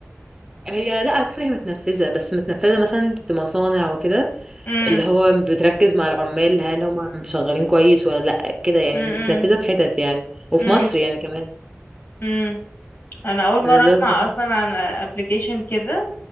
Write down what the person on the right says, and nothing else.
هي لا على فكره هي متنفذه بس متنفذه مثلا في مصانع وكده
اللي هو بتركز مع العمال هل هم شغالين كويس ولا لا كده يعني
متنفذه في حتت يعني وفي
مصر يعني كمان
بالظبط